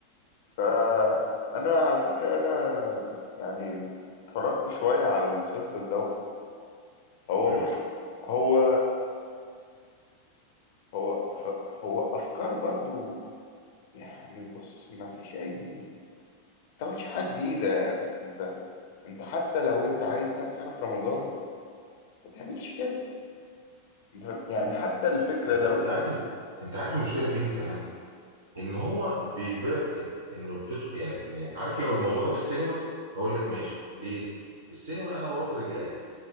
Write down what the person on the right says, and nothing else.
مم.
انت
أنت عارف ال... انت عارف المشكلة فين كمان ان هو بيجبرك إن- انه بتط... يعني ان عارف لو الموضوع ده في السينما اقول لك ماشي ليه السينما انا بروح برجلي